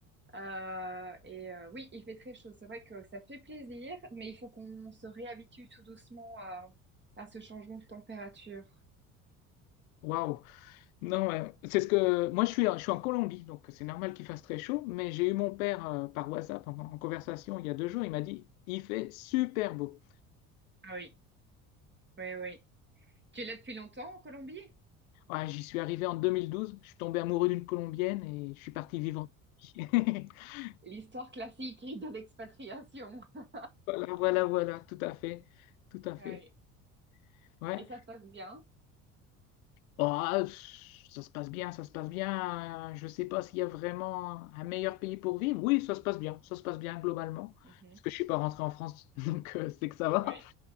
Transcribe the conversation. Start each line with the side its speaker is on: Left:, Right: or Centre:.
Right: Euh, et euh, oui, il fait très chaud. C'est vrai que ça fait plaisir, mais il faut qu'on se réhabitue tout doucement à, à ce changement de température.
Left: Waouh! Non, euh, c'est ce que... Moi, je suis, je suis en Colombie, donc c'est normal qu'il fasse très chaud, mais j'ai eu mon père euh, par WhatsApp en, en conversation il y a deux jours. Il m'a dit, il fait super beau.
Right: Ah oui, oui, oui. Tu es là depuis longtemps en Colombie?
Left: Ouais, j'y suis arrivé en 2012. Je suis tombé amoureux d'une Colombienne et je suis parti vivre en Colombie. <laughs>
Right: l'histoire classique de l'expatriation. <laughs>
Left: Voilà, voilà, voilà, tout à fait, tout à fait.
Right: Oui,
Left: Ouais.
Right: Et ça se passe bien.
Left: Ah, ça se passe bien, ça se passe bien. Je ne sais pas s'il y a vraiment un meilleur pays pour vivre. Oui, ça se passe bien, ça se passe bien globalement.
Right: mhm,
Left: Parce que je ne suis pas rentré en France, <laughs> donc euh, c'est que ça va.
Right: oui,